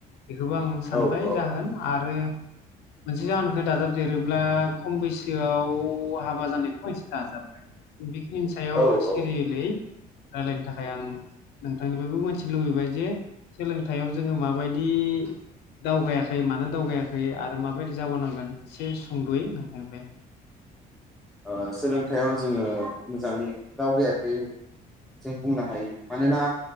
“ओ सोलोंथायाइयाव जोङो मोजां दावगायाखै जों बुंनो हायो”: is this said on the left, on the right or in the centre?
Centre